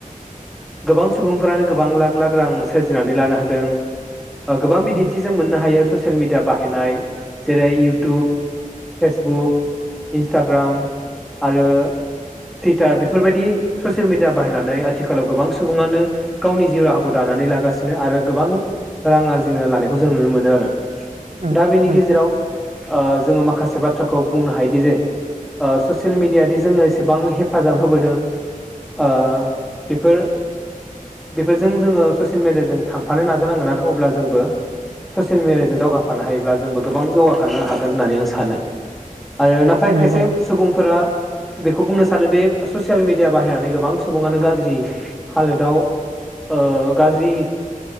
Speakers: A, in the centre; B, on the right.
A: गोबां सुबुंफोरानो गोबां लाख लाख रां सोरजिनानै लानो हादों गोबां बिदिन्थिजों
B: उम
A: मोननो हायो ससियेल मिडिया बाहायनाय जेरै इउटुब फेसबुक इन्सटाग्राम आरो टुइटार बेफोरबायदि ससियेल मिडिया बाहायनानै आथिखालाव गोबां सुबुंङानो गावनि जिउ राहाखौ दानानै लागासिनो आरो गोबां रां आरजिनो लानायखौ जों नुनो मोनो आरो दा
B: औ
A: बेनि
B: नंगौ
A: गेजेराव जोंङो माखासे माखासे बाथ्राखौ बुंनो हायोदि जे ससियेल मेडियादि जोंनो एसेबां हेफाजाब होबोदों ओ बेफोर बेफोरजों जोंङो ससियेल मिडियाजों थांफानो नाजानांगोन आरो अब्ला जोंबो ससियेल मिडियाजों दावगाफानो हायोब्ला जोंबो गोबां जौगाखानो हागोन होननानै आं स सानो आरो नाथाय
B: नंगौ
A: खायसे सुबुंफोरा बेखौ बुंनो सानोदि ससियेल मिडिया बाहायनानै गोबां सुबुङानो गाज्रि हालोदाव ओ गाज्रि